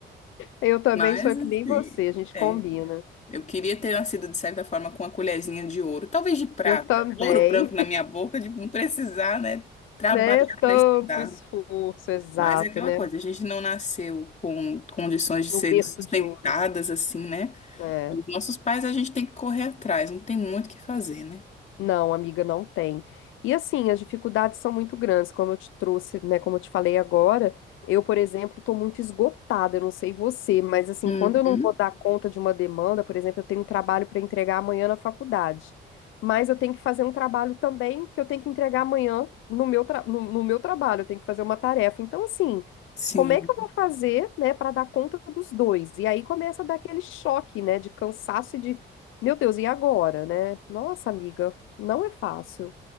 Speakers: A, on the left (about 85°); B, on the left (about 35°).
A: Eu também
B: Mas,
A: sou
B: assim,
A: que nem você, a gente
B: é,
A: combina.
B: eu queria ter nascido, de certa forma, com uma colherzinha de ouro, talvez de prata,
A: Eu também,
B: ouro branco na
A: <laughs>
B: minha boca, de não precisar, né, trabalhar
A: né? Tanto
B: para estudar.
A: esforço, exato,
B: Mas é aquela
A: né?
B: coisa, a gente não nasceu com condições de
A: No
B: serem
A: berço
B: sustentadas,
A: de ouro.
B: assim, né?
A: É.
B: Os nossos pais, a gente tem que correr atrás, não tem muito o que fazer, né?
A: Não, amiga, não tem. E assim, as dificuldades são muito grandes, como eu te trouxe, né? Como eu te falei agora, eu, por exemplo, estou muito esgotada, eu não sei você, mas assim,
B: Uhum,
A: quando eu não vou dar conta de uma demanda, por exemplo, eu tenho um trabalho para entregar amanhã na faculdade, mas eu tenho que fazer um trabalho também que eu tenho que entregar amanhã no meu, tra- no, no meu trabalho, eu tenho que fazer uma tarefa. Então, assim,
B: sim.
A: como é que eu vou fazer, né, para dar conta dos dois? E aí começa a dar aquele choque, né, de cansaço e de, meu Deus, e agora, né? Nossa, amiga. Não é fácil.